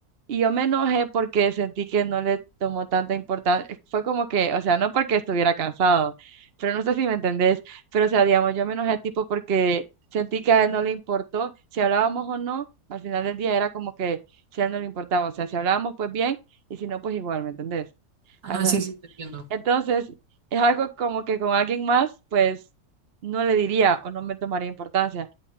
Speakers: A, on the right; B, on the right.
A: Y yo me enojé porque sentí que no le tomó tanta importancia. Fue como que, o sea, no porque estuviera cansado, pero no sé si me entendés, pero o sea, digamos, yo me enojé tipo porque sentí que a él no le importó si hablábamos o no, al final del día era como que si a él no le importaba, o sea, si hablábamos pues bien y si no pues igual, ¿me entendés?
B: ajá,
A: Algo
B: sí,
A: así.
B: sí, te entiendo.
A: Entonces, es algo como que con alguien más pues no le diría o no me tomaría importancia,